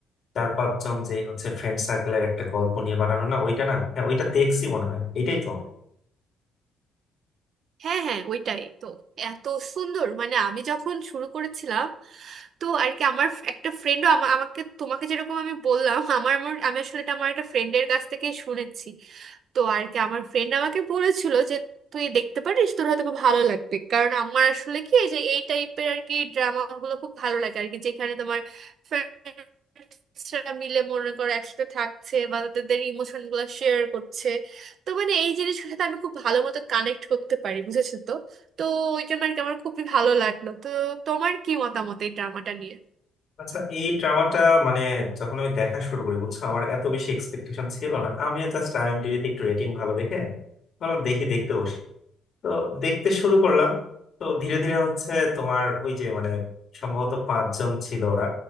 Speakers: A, on the left; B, on the right.
A: চার পাঁচজন যে হচ্ছে ফ্রেন্ড সার্কেলের একটা গল্প নিয়ে বানানো না ওইটা না হ্যাঁ ওইটা দেখছি মনে হয় এটাই তো
B: হ্যাঁ হ্যাঁ ওইটাই তো এত সুন্দর মানে আমি যখন শুরু করেছিলাম তো আর কি আমার একটা ফ্রেন্ডও আমাকে তোমাকে যেরকম আমি বললাম আমার আমার আমি আসলে এটা আমার একটা ফ্রেন্ডের কাছ থেকে শুনেছি তো আর কি আমার ফ্রেন্ড আমাকে বলেছিল যে তুই দেখতে পারিস তোর হয়তো খুব ভালো লাগবে কারণ আমার আসলে কি এই যে এই টাইপের আর কি ড্রামা গুলো খুব ভালো লাগে আর কি যেখানে তোমার friends-রা মিলে মনে করো একসাথে থাকছে বা তাদের ইমোশন গুলো শেয়ার করছে তো মানে এই জিনিসগুলোর সাথে আমি খুব ভালো মতো কানেক্ট করতে পারি বুঝেছো তো তো ওই জন্য আর কি আমার খুবই ভালো লাগলো তো তোমার কি মতামত এই ড্রামাটা নিয়ে
A: আচ্ছা এই ড্রামাটা মানে যখন আমি দেখা শুরু করি বুঝছো আমার এত বেশি এক্সপেকটেশন ছিল না আমি জাস্ট আইএমডিবিতে একটু রেটিং ভালো দেখে ভাবলাম দেখি দেখতে বসি তো দেখতে শুরু করলাম তো ধীরে ধীরে হচ্ছে তোমার ওই যে মানে সম্ভবত পাঁচজন ছিল ওরা